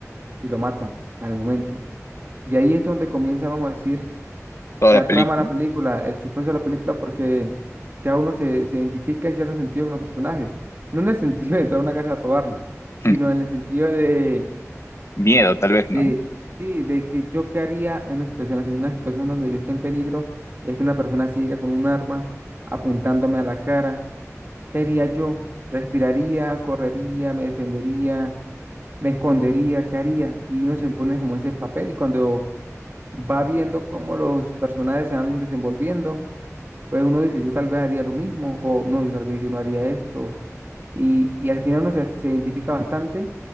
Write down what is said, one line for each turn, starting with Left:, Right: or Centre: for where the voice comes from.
Right: y lo mata al momento. Y ahí es donde comienza, vamos a decir,
Left: Toda
Right: la
Left: la película.
Right: trama de la película, el suspenso de la película, porque ya uno se, se identifica en cierto sentido con los personajes. No en el <laughs> sentido de entrar a una casa a robarle, sino
Left: Mm,
Right: en el sentido de,
Left: Miedo, tal vez, ¿no?
Right: de, sí, de que yo qué haría en una situación así, en una situación donde yo esté en peligro, esté una persona ciega con un arma apuntándome a la cara. ¿Qué haría yo? ¿Respiraría, correría, me defendería, me escondería? ¿Qué haría? Y uno se pone como ese papel y cuando va viendo cómo los personajes se van desenvolviendo pues uno dice, yo tal vez haría lo mismo, o no, yo tal vez yo no haría esto. Y, y al final uno se, se identifica bastante